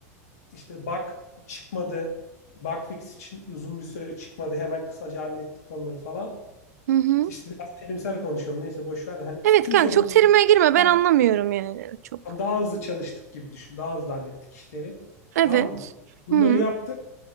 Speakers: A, on the left; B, on the right.
A: İşte bug çıkmadı. Bug fix için uzun bir süre çıkmadı. Hemen kısaca hallettik onları falan.
B: hı hı.
A: İşte biraz terimsel konuşuyorum. Neyse boş ver. de. Hani
B: Evet
A: tüm
B: kanka
A: sorunları
B: çok terime girme ben
A: daha,
B: anlamıyorum yani çok.
A: daha hızlı çalıştık gibi düşün. Daha hızlı hallettik işleri.
B: Evet.
A: Tamam mı? Bunları
B: Hı.
A: yaptık.